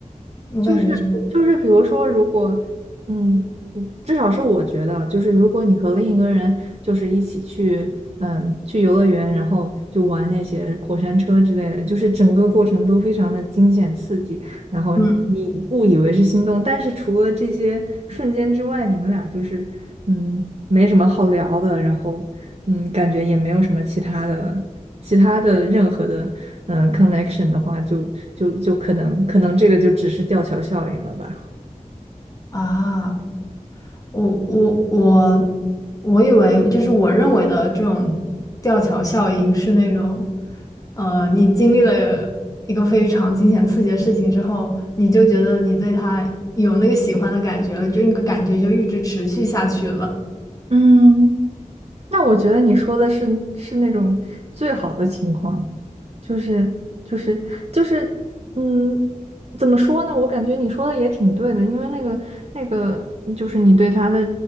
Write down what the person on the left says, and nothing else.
我感觉是，
嗯
啊，我我我我以为就是我认为的这种吊桥效应是那种，呃，你经历了一个非常惊险刺激的事情之后，你就觉得你对他有那个喜欢的感觉了，就那个感觉就一直持续下去了。